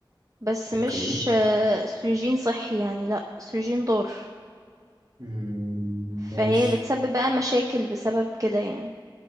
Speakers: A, on the right (about 40°); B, on the right (about 55°).
A: بس
B: اوكي
A: مش آه، أستروجين صحي يعني لأ أستروجين ضار
B: مم،
A: فهي
B: ماشي
A: بتسبب بقى مشاكل بسبب كده يعني